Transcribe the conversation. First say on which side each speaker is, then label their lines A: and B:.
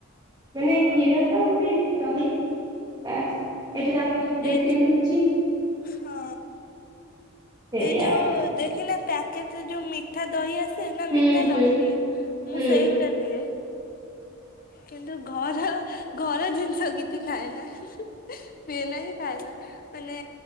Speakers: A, on the right; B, on the left.
A: ମାନେ
B: ହଁ
A: କ୍ଷୀର ତ ଦହି ବାସ୍ ଏଠି ତ ଆମର ସବୁ
B: ଏଇ
A: ଦେଶୀ ମିଳୁଛି
B: ହଁ
A: ସେଇଆ।
B: ଏଇ ଯୋଉ ଦେଖିନ ପ୍ୟାକେଟରେ ଯୋଉ ମିଠା ଦହି ଆସେ ନା
A: ହୁଁ
B: ମିଠା
A: ହୁଁ
B: ଲସି ମୁଁ
A: ହୁଁ
B: ସେଇଗୁଡା ପିଏ। କିନ୍ତୁ ଘର ଘର ଜିନିଷ କିଛି ଖାଏ ନା ପିଏ ନା ହିଁ ଖାଏ ନା। ମାନେ